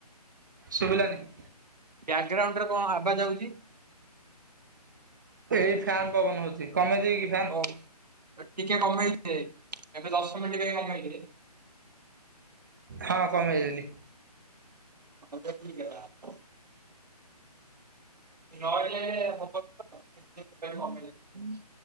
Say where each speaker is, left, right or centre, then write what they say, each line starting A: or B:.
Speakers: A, on the right; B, on the right.
A: ଶୁଭିଲାନି
B: ବ୍ୟାଗ୍ରାଉଣ୍ଡରେ କଣ ଆବାଜ୍ ଆଉଚି?
A: ଏଇ ଫ୍ୟାନ୍ ପବନ ହଉଚି କମେଇ ଦେବିକି?
B: ଓଃ ଟିକେ କମେଇଦେ। ଏବେ ଦଶ ମିନଟି ପାଇଁ କମେଇଦେ।
A: ହଁ କମେଇଦେଲି।
B: ଏବେ ଠିକ୍ ହେଲା। ନହେଲେ ହବନି ବା। ସେଥିପାଇଁ କମେଇ ଦେଲି।